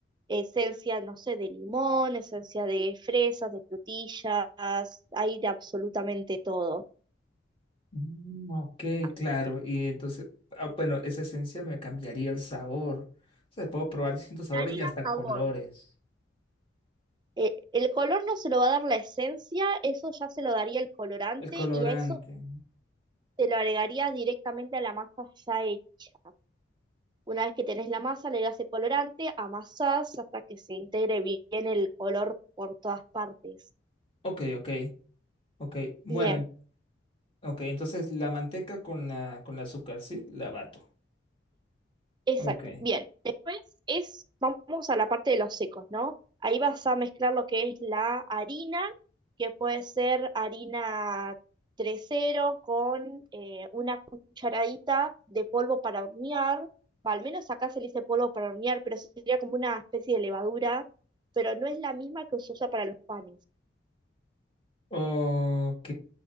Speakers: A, on the right (about 25°); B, on the left (about 30°).
A: Esencia, no sé, de limón, esencia de fresas, de frutillas, hay de absolutamente todo.
B: Mm, ok,
A: Así
B: claro.
A: que
B: Y entonces, ah, bueno, esa esencia me cambiaría el sabor. O sea, puedo probar distintos sabores
A: le agrega
B: y hasta
A: sabor.
B: colores.
A: Eh, el color no se lo va a dar la esencia, eso ya se lo daría el colorante
B: El colorante.
A: y a eso se lo agregaría directamente a la masa ya hecha. Una vez que tenés la masa, le das el colorante, amasás hasta que se integre bien el color por todas partes.
B: Ok, ok, ok. Bueno,
A: Bien,
B: ok, entonces la manteca con la, con el azúcar, ¿sí? La bato.
A: Exacto.
B: Ok.
A: Bien. Después es, vamos a la parte de los secos, ¿no? Ahí vas a mezclar lo que es la harina, que puede ser harina tres cero con eh, una cucharadita de polvo para hornear. Va, al menos acá se le dice polvo para hornear, pero sería como una especie de levadura, pero no es la misma que se usa para los panes.
B: Ok,